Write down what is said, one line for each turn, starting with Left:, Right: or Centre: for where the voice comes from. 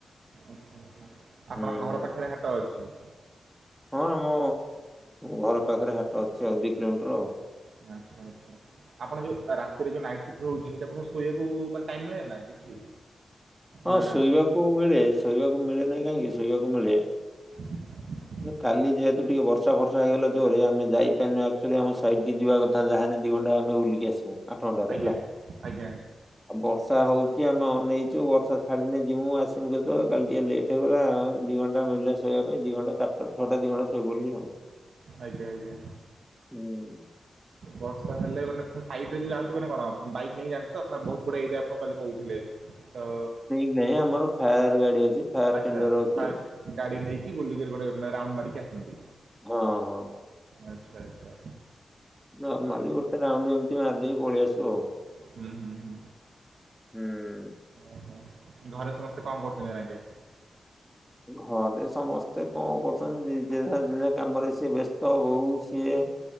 Right: ଆଛା ଆଛା ଆପଣଙ୍କ
Centre: ହୁଁ
Right: ଘର ପାଖରେ ହାଟ ଅଛି?
Centre: ହଁ ଆମ ଘର ପାଖରେ ହାଟ ଅଛି ଆଉ ଦି କିଲୋମିଟର ଆଉ।
Right: ଆଚ୍ଛା ଆଚ୍ଛା। ଆପଣ ଯୋଉ ରାତିରେ ଯୋଉ ନାଇଟ ସିପ୍ଟ ରହୁଛି ସେଠି ଆପଣଙ୍କୁ ଶୋଇବାକୁ ଟାଇମ୍ ମିଳେ ନା କିଛି?
Centre: ହଁ
Right: ନା
Centre: ଶୋଇବାକୁ ମିଳେ ଶୋଇବାକୁ ମିଳେ ନାଇଁ କାହିଁକି ଶୋଇବାକୁ ମିଳେ।
Right: ହ <inaudible>
Centre: କାଲି ଯେହେତୁ ଟିକେ ବର୍ଷା ବର୍ଷା ହେଇଗଲା ଜୋରରେ ଆମେ ଯାଇପାରିନୁ ଆକ୍ଚୁଆଲି ଆମ ସାଇଡ କୁ ଯିବା କ ଯାହା ହେନେ ଦି ଘଣ୍ଟା ଆମେ ବୁଲିକି ଆସିବୁ। ଆଠ ଘଣ୍ଟାରୁ
Right: ଆଜ୍ଞା
Centre: ହେଲା
Right: ଆଜ୍ଞା
Centre: ଆଉ ବର୍ଷା ହଉଛି ଆମେ ଅନେଇଛୁ ବର୍ ବର୍ଷା ଛାଡିନେ ଯିବୁ ଆସିମୁ କେତେବେଳେ କାଲି ଟିକେ ଲେଟ ହେଇଗଲାଉ ଦି ଘଣ୍ଟା ମିଳିଲା ଶୋଇବା ପାଇଁ ଦି ଘଣ୍ଟା ଚାର ସେଠୁ ଛ ଟା ଦି ଘଣ୍ଟା ଶୋଇ ପଡ଼ିଲି ଆଉ।
Right: ଆଜ୍ଞା ଆଜ୍ଞା।
Centre: ହୁଁ
Right: ବର୍ଷା ହେଲେ ମାନେ ଫାଇଟରେ ଯେ ଯାଆନ୍ତି ମାନେ କଣ ବାଇକ ନେଇକି ଯାଆନ୍ତି। ତ ବହୁତ ବଢିଆ ଏରିଆ ଆପଣ କାଲି କହୁଥିଲେ ତ।
Centre: ଏଇ ଆମର ଫାୟାର ଗାଡି ଅଛି। ଫାୟାର
Right: ଆଚ୍ଛା
Centre: ଟେଣ୍ଡର ଅଛି।
Right: ଫାଇବି ଗାଡି ନେଇକି ବୁଲିକିରି ଗୋଟେ ରାଉଣ୍ଡ ମାରିକି ଆସନ୍ତି।
Centre: ହଁ ହଁ।
Right: ଆଚ୍ଛା ଆଚ୍ଛା।
Centre: ନର୍ମାଲି ଗୋଟେ ରାଉଣ୍ଡ ଏମିତି ମାରିଦେଇକି ପଳେଇ ଆସିବ ଆଉ।
Right: ହୁଁ ହୁଁ ହୁଁ।
Centre: ହୁଁ।
Right: ଓହୋ। ଘରେ ସମସ୍ତେ କମ କରୁଛନ୍ତି ଏନାକେ।
Centre: ଘରେ ସମସ୍ତେ କଣ କରୁଛନ୍ତି ଦିଦି ହେରିକା କାମରେ ସିଏ ବ୍ୟସ୍ତ ବୋଉ ସିଏ।